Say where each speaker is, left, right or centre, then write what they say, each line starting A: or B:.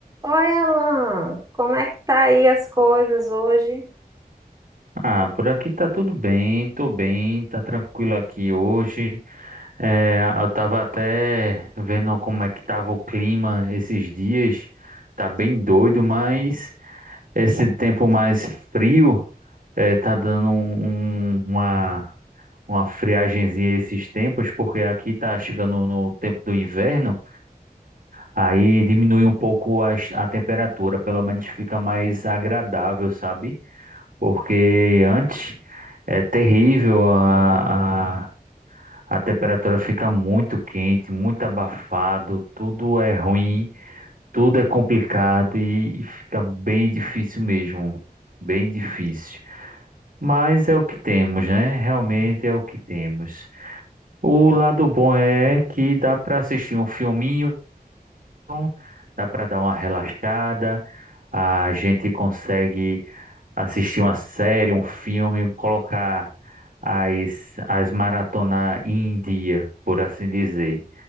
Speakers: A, on the right; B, on the right.
A: Oi, Alan, como é que tá aí as coisas hoje?
B: Ah, por aqui tá tudo bem, tô bem, tá tranquilo aqui hoje. É, eu tava até vendo como é que tava o clima esses dias. Tá bem doido, mas esse tempo mais frio é, tá dando um- um- uma, uma friagenzinha esses tempos, porque aqui tá chegando no tempo do inverno, aí diminui um pouco as- a temperatura, pelo menos fica mais agradável, sabe? porque antes é terrível, a, a, a temperatura fica muito quente, muito abafado, tudo é ruim, tudo é complicado e, e fica bem difícil mesmo, bem difícil. Mas é o que temos, né? Realmente é o que temos. O lado bom é que dá para assistir um filminho então, dá para dar uma relaxada, a gente consegue assistir uma série, um filme, colocar as, as maratona em dia, por assim dizer.